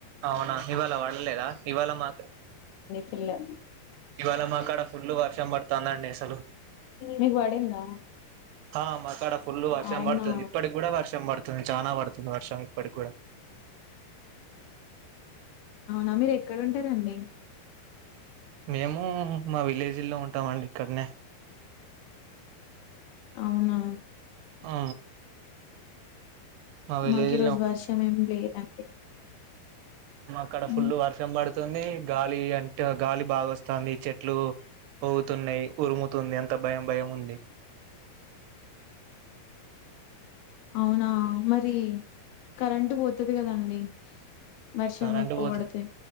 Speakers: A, on the right; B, on the left.
A: అవునా ఇవాళ పడలేదా ఇవాళ మాకు
B: పిల్ల
A: ఇవాళ మా అక్కడ ఫుల్ వర్షం పడతదండి అసలు
B: మీకు పడిందా
A: హా మాకాడ ఫుల్ వర్షం
B: అవునా
A: పడుతుంది ఇప్పటికి కూడా వర్షం పడు చానా పడుతుంది వర్షం ఇప్పటిక్ గూడా
B: అవునా మీరు ఎక్కడుంటరండి
A: మేము మా విలేజీల్లో ఉంటామండి ఇక్కడ్నే
B: అవునా
A: ఆ మా విలేజ్
B: మాకు ఈ రోజు వర్షం ఏమి లేదండి
A: మా కాడ
B: ఉమ్,
A: ఫుల్ వర్షం పడుతుంది గాలి అంటే గాలి బాగా వస్ తాంది చెట్లు ఊగుతున్నాయి ఉరుముతుంది అంత భయం భయం ఉంది ఆ
B: అవునా మరి కరెంట్ పోతది కదండి వర్షం
A: కరెంట్
B: ఎక్కువ
A: పోతే
B: పడితే